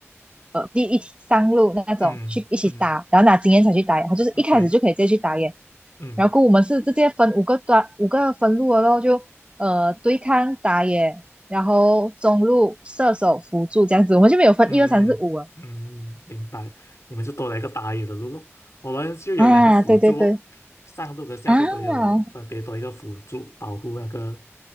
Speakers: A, on the right (about 25°); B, on the left (about 80°).
A: 呃第一上路那种去一起打，
B: 嗯嗯
A: 然后拿经验才去打野，他就是一开始就可以直接去打野。
B: ，OK，嗯
A: 然后我们是直接分五个端五个分路了咯，就呃对抗打野，然后中路射手辅助这样子，我们就没有分一二三四五啊。
B: 嗯嗯，嗯明白。你们就多了一个打野的路咯。我们就有两个辅助哦，
A: 啊，对对对
B: 上路跟下路都有分别多一个辅助保护那个
A: 啊，